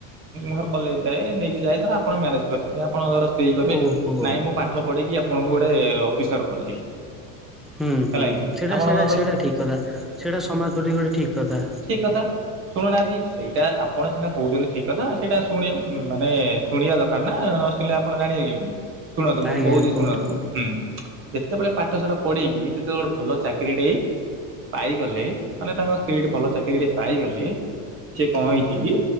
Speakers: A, on the right; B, in the centre.
A: ଘର୍ କଲେଜ୍ ଯାଏ ନେଇକି ଯାଏ। ଧର ଆପଣ ମ୍ୟାରେଜ୍ କରିଛନ୍ତି ଆପଣଙ୍କର ସ୍ତ୍ରୀ ଙ୍କ ପାଇଁ
B: ଓହୋ।
A: ନାଇଁ ମୁଁ ପା ପାଠ ପଢେଇକି ଆପଣଙ୍କୁ ଗୋଟେ ଅଫିସର କରେଇବି।
B: ହୁଁ
A: ହେଲା
B: ହୁଁ।
A: କି
B: ସେଇଟା
A: ଆପଣଙ୍କ
B: ସେଇଟା ସେଇଟା ଠିକ୍ କଥା। ସେଇଟା ସମାଜ ପ୍ରତି ଗୋଟେ ଠିକ୍ କଥା।
A: ଠିକ୍ କଥା। ଶୁଣୁନାହାନ୍ତି, ସେଇଟା ଆପଣ ସିନା କହୁଛନ୍ତି ଠିକ୍ କଥା, ସେଇଟା ଶୁଣି ମାନେ ଶୁଣିବା ଦରକାର ନା ନଶୁଣିଲେ ଆପଣ ଜାଣିବେ କେମିତି। ଶୁଣନ୍ତୁ ମୁଁ
B: ଆଜ୍ଞା
A: କହୁଚି
B: କୁହନ୍ତୁ
A: ଶୁଣନ୍ତୁ
B: କୁହନ୍ତୁ
A: ହୁଁ। ଯେତେବେଳେ ପାଠସାଠ ପଢେଇକି ଯେତେବେଳେ ଗୋଟେ ଭଲ ଚାକିରି ଟେ ପାଇଗଲେ, ମାନେ ତାଙ୍କ ସ୍ତ୍ରୀ ଟି ଭଲ ଚାକିରି ଟି ପାଇଗଲେ, ସିଏ କଣ ହେଇଚି କି